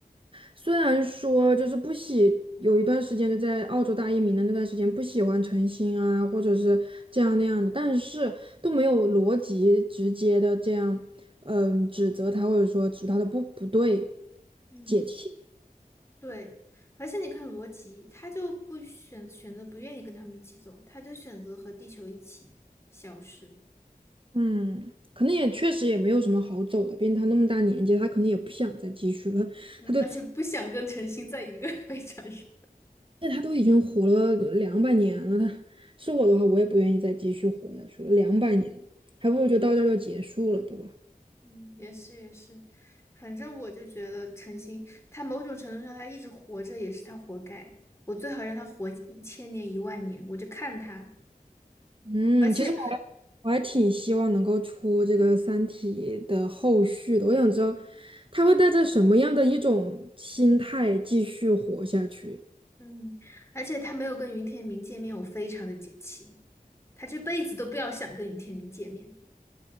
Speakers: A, on the right; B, on the left.
A: 虽然说就是不喜，有一段时间就在澳洲大移民的那段时间不喜欢陈星啊，或者是这样那样的，但是都没有逻辑直接的这样，嗯，指责他或者说指他的不不对，
B: 嗯，
A: 解气。
B: 对，而且你看罗辑，他就不选选择不愿意跟他们一起走，他就选择和地球一起消失，
A: 嗯，可能也确实也没有什么好走的，毕竟他那么大年纪，他可能也不想再继续了。
B: 嗯，
A: 他都，
B: 而且不想跟陈星在一个 <laughs> 飞船上。
A: 那他都已经活了两百年了，他是我的话，我也不愿意再继续活下去了，两百年了，
B: 嗯。
A: 还不如就到这儿就结束了，对吧？
B: 嗯，也是也是，反正我就觉得陈星，他某种程度上他一直活着也是他活该。我最好让他活一千年一万年，我就看他。
A: 嗯，
B: 而且，
A: 其实我还我还挺希望能够出这个《三体》的后续的。我想知道他会带着什么样的一种心态继续活下去。
B: 嗯，而且他没有跟云天明见面，我非常的解气。他这辈子都不要想跟云天明见面。